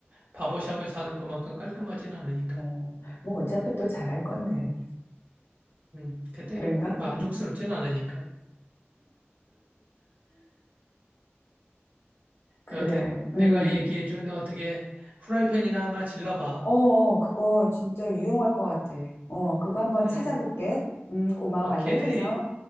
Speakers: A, on the right; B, on the left.
A: 바버샵에서 하는 것만큼 깔끔하지는 않으니까.
B: 어, 뭐 어차피 또 잘할 건데.
A: 음, 그때
B: 다른가?
A: 만족스럽진 않으니까.
B: 그래.
A: 여하튼
B: 음.
A: 내가 얘기해준 어떻게 후라이팬이나 하나 질러봐.
B: 어어, 그거 진짜 유용할 것 같아. 어, 그거 한번
A: 음,
B: 찾아볼게. 음, 고마워,
A: 오케이.
B: 알려줘서.